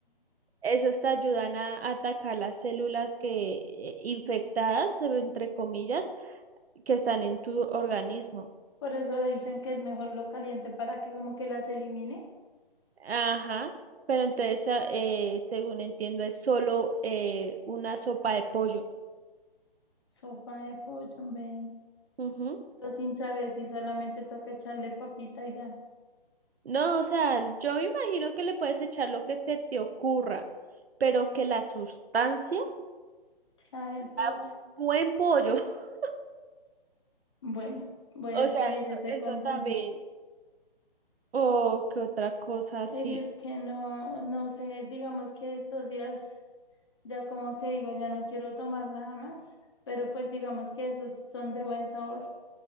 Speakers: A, on the right (about 85°); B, on the left (about 30°).
A: Esas te ayudan a atacar las células que eh, infectadas, entre comillas, que están en tu organismo.
B: Por eso dicen que es mejor lo caliente para que como que las elimine.
A: Ajá, pero entonces, a- eh, según entiendo, es solo eh, una sopa de pollo.
B: Sopa de pollo, hombre.
A: Ujú.
B: Pero sin saber si solamente toca echarle papita y ya,
A: No, o sea, yo me imagino que le puedes echar lo que se te ocurra, pero que la sustancia,
B: ya el pollo.
A: un buen pollo, <laughs>
B: Bueno, voy
A: o
B: a seguir
A: sea,
B: ese
A: eso,
B: consejo.
A: eso también. O que otra cosa así.
B: Y es que no, no sé, digamos que estos días ya como que digo, ya no quiero tomar nada más, pero pues digamos que esos son de buen sabor,